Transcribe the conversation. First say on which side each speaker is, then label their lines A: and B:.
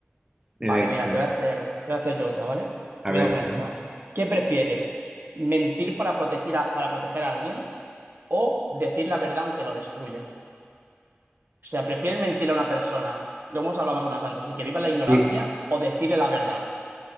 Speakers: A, on the right (about 15°); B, on the right (about 55°).
A: Me
B: Vale,
A: me gusta.
B: mira, te voy a hacer, te voy a hacer yo otra, ¿vale? Cuidado
A: A ver,
B: con
A: perdón.
B: esta. ¿Qué prefieres? ¿Mentir para proteger a, para proteger a alguien o decir la verdad aunque lo destruya? O sea, ¿prefieres mentir a una persona, lo hemos hablado más o menos antes, y que viva la ignorancia
A: Sí.
B: o decirle la verdad?